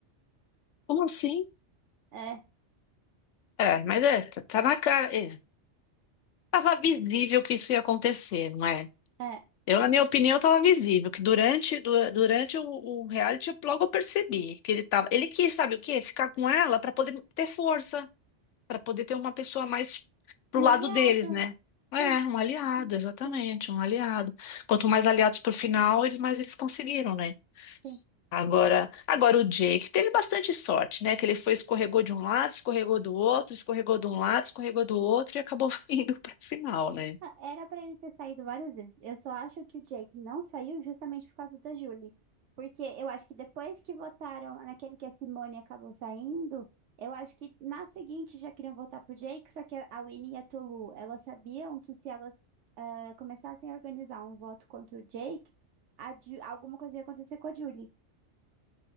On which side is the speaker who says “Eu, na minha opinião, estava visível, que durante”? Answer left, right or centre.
Left